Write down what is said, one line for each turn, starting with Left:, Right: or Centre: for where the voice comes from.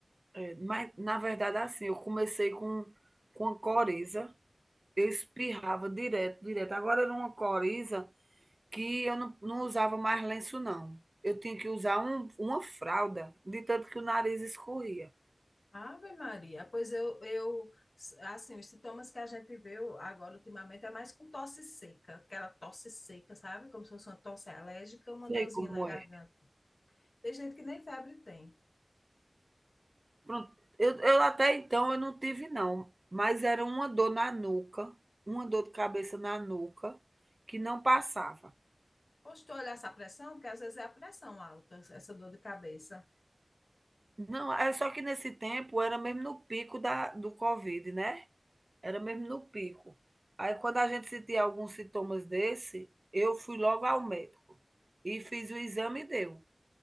Right: É, mas na verdade assim, eu comecei com com a coriza, eu espirrava direto, direto, agora era uma coriza que eu não não usava mais lenço não, eu tinha que usar um uma fralda, de tanto que o nariz escorria.
Left: Ave Maria, pois eu, eu, assim, os sintomas que a gente vê agora ultimamente é mais com tosse seca, aquela tosse seca, sabe? Como se fosse uma tosse alérgica, uma
Right: Sei
Left: dorzinha
Right: como
Left: na garganta.
Right: é.
Left: Tem gente que nem febre tem.
Right: Pronto. Eu, eu até então eu não tive, não. Mas era uma dor na nuca, uma dor de cabeça na nuca, que não passava.
Left: Poxa, tu olhar essa pressão, porque às vezes é a pressão alta, essa dor de cabeça.
Right: Não, é só que nesse tempo era mesmo no pico da, do Covid, né? Era mesmo no pico. Aí quando a gente sentia alguns sintomas desse, eu fui logo ao médico e fiz o exame e deu.